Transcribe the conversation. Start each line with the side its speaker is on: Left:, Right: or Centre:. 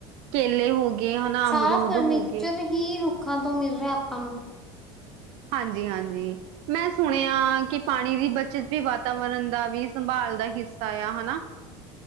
Right: ਕੇਲੇ ਹੋ ਗਏ ਹਨਾ
Centre: ਸਾਰਾ
Right: ਅਮਰੂਦ
Centre: ਫਰਨੀਚਰ
Right: ਹੋ ਗਏ
Centre: ਹੀ ਰੁੱਖਾਂ ਤੋਂ ਮਿਲ ਰਿਆ ਆਪਾਂ ਨੂੰ।
Right: ਹਾਂਜੀ-ਹਾਂਜੀ ਮੈਂ ਸੁਣਿਆ ਕਿ ਪਾਣੀ ਦੀ ਬੱਚਤ ਵੀ ਵਾਤਾਵਰਨ ਦਾ ਵੀ ਸੰਭਾਲ ਦਾ ਹਿੱਸਾ ਆ ਹਨਾ।